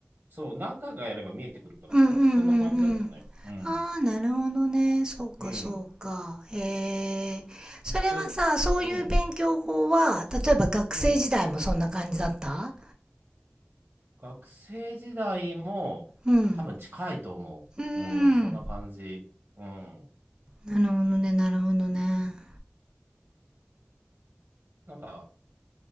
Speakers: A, on the right; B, on the right.
A: そう、何回かやれば見えてくるからさ、
B: うんうんうんうん。
A: そんな感じだったね。うん。
B: ああ、なるほどね。そうか、
A: うん。
B: そうか。へえ。それはさ、
A: え、
B: そういう勉強法は、
A: うん。
B: 例えば学生時代もそんな感じだった
A: うん。学生時代も多分近いと思う。
B: うん。うー
A: うん、そんな感じ。
B: ん。
A: うん。
B: なるほどね、なるほどね。
A: なんか、